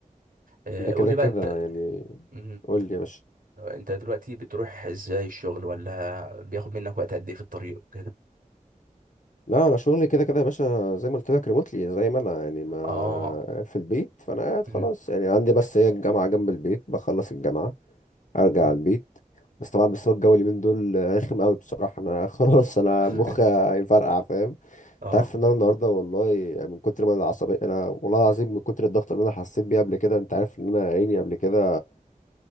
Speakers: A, on the right (about 75°); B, on the left (about 60°).
A: قول
B: ده كده
A: لي
B: كده
A: بقى
B: يعني
A: أنت
B: قول لي يا باشا
A: انت دلوقتي بتروح ازاي الشغل ولا بياخد منك وقت قد ايه في الطريق كده
B: لا انا شغلي كده كده يا باشا زي ما قلت لك ريموتلي زي ما انا يعني ما
A: اه
B: في البيت فانا قاعد
A: مم.
B: خلاص يعني عندي بس هي الجامعه جنب البيت بخلص الجامعه ارجع
A: مم.
B: على البيت بس طبعا بس هو الجو اللي من دول رخم قوي بصراحه انا <laughs> خلاص انا
A: <laughs>
B: مخي هيفرقع فاهم
A: اه
B: انت عارف ان انا النهارده والله يعني من كتر ما انا عصبي انا والله العظيم من كتر الضغط اللي انا حسيت بيه قبل كده انت عارف ان انا عيني قبل كده